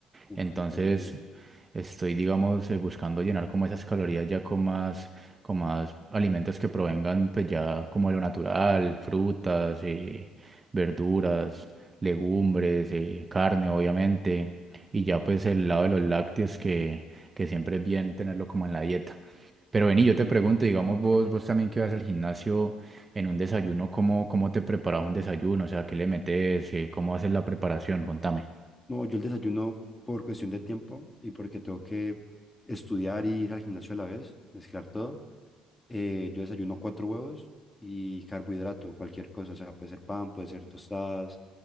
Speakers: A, on the left; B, on the right.
A: Uf,
B: entonces,
A: súper bien.
B: estoy, digamos, eh, buscando llenar como esas calorías ya con más, con más alimentos que provengan, pues ya como de lo natural, frutas, eh, verduras, legumbres, eh, carne, obviamente, y ya pues el lado de los lácteos que, que siempre es bien tenerlo como en la dieta. Pero vení, yo te pregunto,
A: Mm.
B: digamos vos, vos también que vas al gimnasio en un desayuno, ¿cómo, cómo te preparas un desayuno? O sea, ¿qué le metes? Eh, ¿Cómo haces la preparación? Contame.
A: No, yo el desayuno por cuestión de tiempo y porque tengo que estudiar y ir al gimnasio a la vez, mezclar todo. eh, yo desayuno cuatro huevos y carbohidrato, cualquier cosa, o sea, puede ser pan, puede ser tostadas